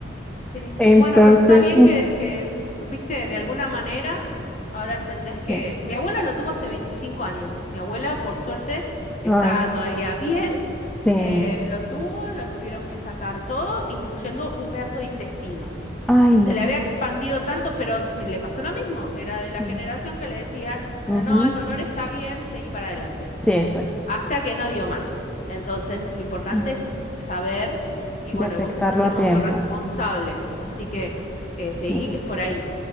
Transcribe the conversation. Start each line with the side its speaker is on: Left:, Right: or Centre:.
Left: Sí,
Centre: Entonces,
Left: bueno, pero está bien
Centre: mm,
Left: que, que, viste, de alguna manera, ahora entendés
Centre: Sí.
Left: que mi abuela lo tuvo hace 25 años. Mi abuela, por suerte, está
Centre: Ay,
Left: todavía bien.
Centre: sí. mm,
Left: eh, lo tuvo, lo tuvieron que sacar todo, incluyendo un pedazo de intestino.
Centre: Ay,
Left: Se
Centre: no.
Left: le había expandido tanto, pero me- le pasó lo mismo. Era de
Centre: Sí.
Left: la generación que le decían, "Ah,
Centre: ujú,
Left: no, el dolor está bien, seguí para adelante
Centre: Sí, exacto.
Left: hasta que no dio más. Entonces, lo importante
Centre: Mm.
Left: es saber, y bueno,
Centre: Detectarlo
Left: y vos estás siendo
Centre: a tiempo.
Left: muy responsable, así que eh,
Centre: Sí.
Left: seguí que es por ahí.